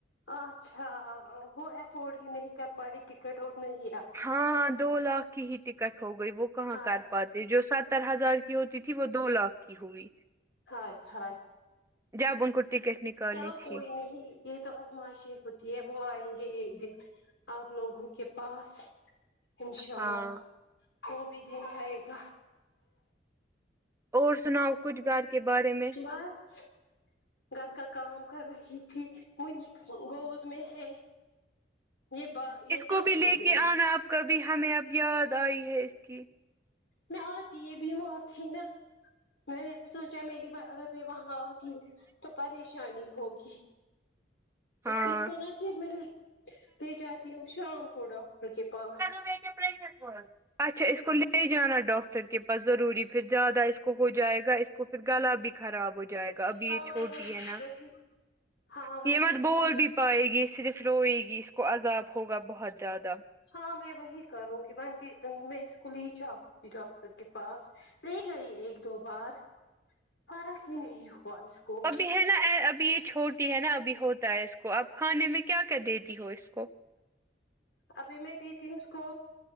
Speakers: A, on the left; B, on the right.
A: اچھا وہ ایفورڈ ہی نہیں کر پاری ٹکت نہیں ی
B: ہاں دو لاکھ کی ہی ٹکٹ ہو گئی وہ کہاں
A: ہاں
B: کر پاتے جو ستر ہزار ہوتی تھی وہ دو لاکھ کی ہوئی
A: ہ ہ
B: جب ان کو ٹکٹ نکالنی
A: چلو کوئی
B: تھی
A: نہیں یہ تو ازمائشی ہوتی ہے وہ آئیں گے ایک دن آپ لوگوں کے پاس انشاء
B: ہاں
A: اللہ وہ بھی دن آئے گا
B: اور سناؤ کچھ گھر کے بارے میں
A: بس گھر کا کام کر رہی تھی منی گود میں ہے یہ ب
B: اس
A: تنگ
B: کو بھی لے
A: ہوگی
B: کے آنا اب کبھی ہمیں اب یاد آئی ہے اس کی
A: بہت یہ بھی اور تھی نا میں نے سوچا میری ب اگر میں وہاں آتی تو پریشانی ہوگی
B: ہاں
A: اس کونہ پھر میں لے لے جاتی ہو شام کو ڈاکٹر کے پاس
B: ے پشر پڑ اچھا اس کو لے جانا ڈاکٹر کے پاس ضروری پھر زیادہ اس کو ہو جائے گا اس کو پھر گلا بھی خراب ہو جائے گا ابھی
A: ہاں
B: یہ
A: وہی
B: چھوٹی ہے نا
A: وہی ہاں وہی
B: یہ مت بول پائے گی صرف روئے گی اس کو عذاب ہوگا بہت زیادہ
A: ہاں میں وہی کروں گی میں میں اس کو لی جاؤ ڈاکٹر کے پاس لے گئی ایک دو بار فرق ہی نہیں ہوا اس کو
B: اب ہے نا ابھی یہ چھوٹی ہے نا ابھی ہوتا ہے اس کو اب کھانے میں کیا کیا دیتی ہو اس کو
A: ابھی میں دیتی ہو اسکو